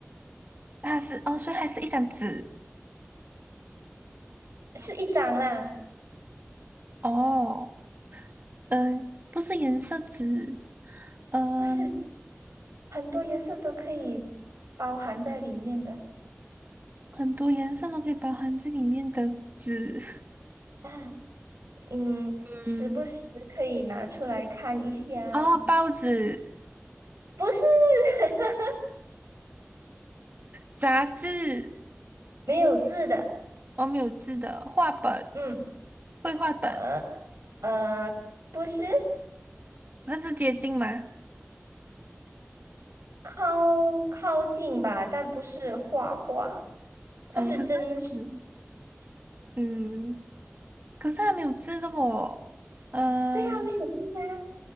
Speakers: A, on the right (about 40°); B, on the right (about 80°).
A: 它是哦，所以它是一张纸
B: 是一张啦，
A: 哦，嗯、不是颜色纸，嗯、
B: 不是很多颜色都可以包含在里面的
A: 很多颜色都可以包含在里面的纸，
B: 啊，嗯，时不时可以拿出来看一下，
A: 嗯。哦，报纸、
B: 不是 <laughs>
A: 杂志，
B: 没有字的，
A: 我没有字的，画本、
B: 嗯，
A: 绘画本，
B: 呃呃，不是。
A: 那是接近吗？
B: 靠靠近吧，但不是画画，它是真实。
A: 嗯，可是，嗯，嗯可是它没有字的哦。嗯，
B: 对呀、没有记啊，